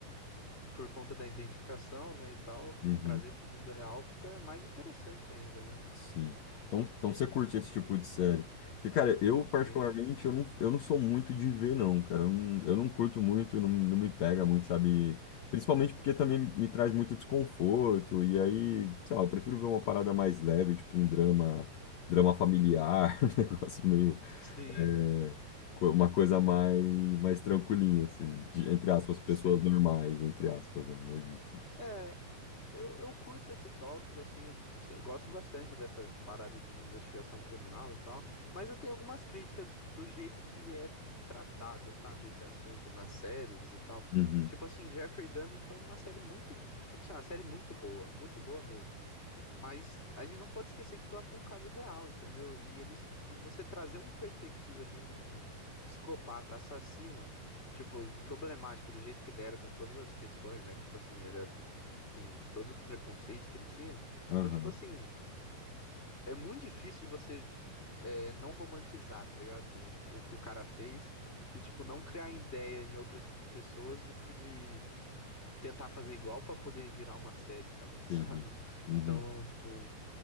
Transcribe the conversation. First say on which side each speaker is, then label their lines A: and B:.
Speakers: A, on the left; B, on the left.
A: por conta da identificação, né, e tal,
B: uhum,
A: de trazer para o mundo real, fica mais interessante ainda, né?
B: sim. Então, então você curte esse tipo de série? Porque, cara, eu particularmente,
A: Sim,
B: eu não, eu não sou muito de ver, não, cara, eu não, eu não curto muito, não, não me pega muito, sabe? Principalmente porque também me traz muito desconforto, e aí, sei lá, eu prefiro ver uma parada mais leve, tipo um drama, drama familiar, <laughs> um negócio meio,
A: sim,
B: é, co- uma coisa mais, mais tranquilinha, assim, de, entre aspas, pessoas
A: sei.
B: normais, entre aspas, né? Não existe.
A: É, eu, eu curto esse tópico, assim, se- eu gosto bastante dessa parada de investigação criminal e tal, mas eu tenho algumas críticas do jeito que é tratado, sabe, esse assunto nas séries e tal.
B: Uhum.
A: Tipo assim, Jeffrey Dahmer foi uma série muito, tipo assim, uma série muito boa, muito boa mesmo. Mas a gente não pode esquecer que lá foi um caso real, entendeu? E eles e você trazer uma perspectiva de um psicopata assassino, tipo, e problemático do jeito que ele era com todas as questões, né? Que tipo assim, ele era assim, de todos os preconceitos que ele tinha.
B: Aham,
A: Então, tipo assim, é muito difícil de você é, não romantizar, tá ligado? O, o que o cara fez e tipo não criar ideia em outras pessoas tipo, de tentar fazer igual pra poder virar uma série também,
B: entendi.
A: <laughs> sabe?
B: Uhum,
A: Então, tipo,